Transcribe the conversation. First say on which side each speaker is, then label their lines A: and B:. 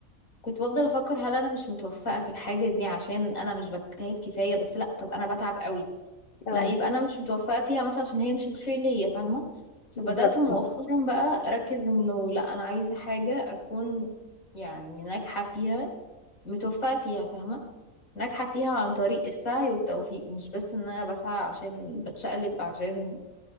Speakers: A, on the left; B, on the left.
A: كنت بفضل افكر هل انا مش متوفقه في الحاجه دي عشان انا مش بجتهد كفايه بس لا طب انا بتعب قوي
B: اه
A: لا يبقى انا مش متوفقه فيها مثلا عشان هي مش الخير ليا فاهمه فبدات
B: بالظبط
A: مؤخرا
B: صح
A: بقى اركز انه لا انا عايزه حاجه اكون يعني ناجحه فيها متوفقة فيها فاهمة ناجحة فيها عن طريق السعي والتوفيق مش بس ان انا بسعى عشان بتشقلب عشان